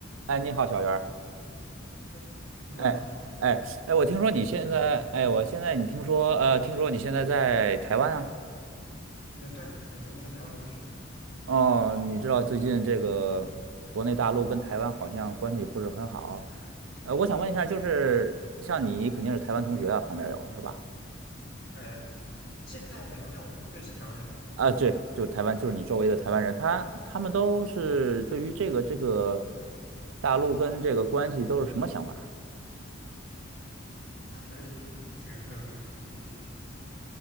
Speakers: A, on the right; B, on the left.
A: 哎，你好，小袁儿。
B: 对，那个好，
A: 哎，哎，哎，我听说你现在，
B: 呃，狗狗哎，
A: 哎，我现在你听说，呃，听说你现在在台湾啊？
B: 那对，没错，在台湾留学，
A: 哦，你知道最近这个国内大陆跟台湾好像关系不是很好。呃，我想问一下，就是像你肯定是台湾同学啊，旁边有是吧？
B: 呃，现在没有，但我认识台湾人啊，
A: 啊，对，就台湾，就是你周围的台湾人，
B: 对，
A: 他他们都是对于这个这个
B: 对，
A: 大陆跟这个关系都是什么想法啊？
B: 他们觉得，嗯，